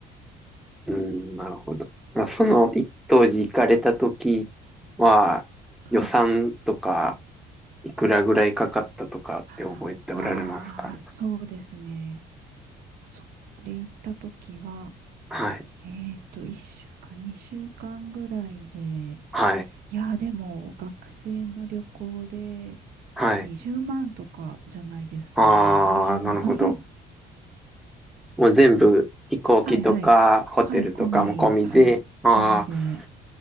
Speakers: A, in the centre; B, on the right.
A: うーん、なるほど。まあ、その一当時行かれた時は、
B: はい。
A: 予算とか、いくらぐらいかかったとかって覚えておられますか
B: ああ、そうですね。それ行った時は、
A: はい、
B: えっと、1週間、2週間ぐらいで、
A: はい、
B: いやー、でも、学生の旅行で
A: はい。
B: 20万とかじゃないですかね。
A: ああ、
B: 20万。
A: なるほど。
B: <laughs>
A: もう全部飛行機とかホテルとかも込みで、
B: はいはい。はい、込み、はい、
A: ああ、
B: 込みで。